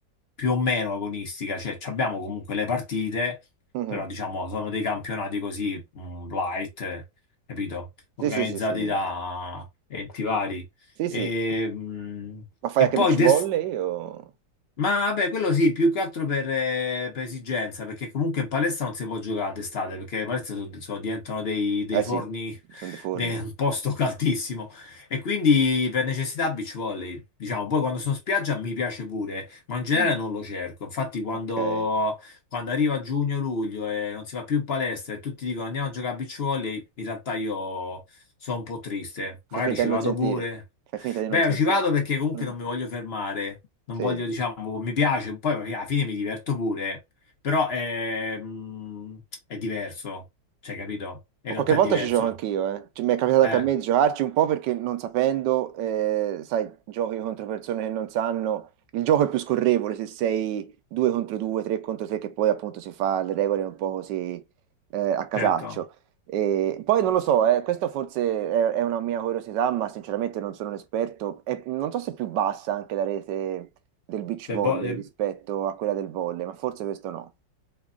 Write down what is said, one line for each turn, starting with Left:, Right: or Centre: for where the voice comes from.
Left: più o meno agonistica, cioè ci abbiamo comunque le partite,
Right: Mhm.
Left: però diciamo sono dei campionati così, mm, light, eh, capito?
Right: Sì,
Left: Organizzati
Right: sì, sì, sì.
Left: da enti vari.
Right: Sì,
Left: E,
Right: sì.
Left: mm,
Right: Ma fai
Left: e
Right: anche
Left: poi
Right: beach
Left: d'estate
Right: volley o...
Left: ma vabbè, quello sì, più che altro per, eh, per esigenza, perché comunque in palestra non si può giocare d'estate, perché le palestre so- so- diventano dei, dei
Right: Eh
Left: forni,
Right: sì, sono dei forni.
Left: de- un posto caldissimo. E quindi per necessità beach volley, diciamo, poi quando sono in spiaggia mi piace pure, ma in genere
Right: Mm.
Left: non lo cerco. Infatti quando
Right: Ok,
Left: quando arriva giugno-luglio e non si va più in palestra e tutti dicono andiamo a giocare a beach volley, in realtà io sono un po' triste.
Right: fai
Left: Magari
Right: finta
Left: ci
Right: di
Left: vado
Right: non sentire,
Left: pure.
Right: fai finta di
Left: Beh,
Right: non sentire.
Left: ci vado perché comunque
Right: <laughs>
Left: non mi voglio fermare, non
Right: Sì,
Left: voglio, diciamo, mi piace, poi alla fine mi diverto pure, però è, mm, è diverso, cioè, capito? In
Right: Ma
Left: realtà
Right: Qualche volta
Left: è diverso.
Right: ci gioco anch'io, eh. Cioè, mi è capitato
Left: Eh,
Right: anche a me di giocarci un po' perché non sapendo, eh, sai, giochi contro persone che non sanno, il gioco è più scorrevole se sei due contro due, tre contro tre, che poi appunto si fa le regole un po' così eh, a casaccio.
Left: certo.
Right: E poi non lo so, eh, questo forse è, è una mia curiosità, ma sinceramente non sono un esperto. E non so se è più bassa anche la rete del beach
Left: Le
Right: volley
Left: vo- le-
Right: rispetto a quella del volley, ma forse questo no.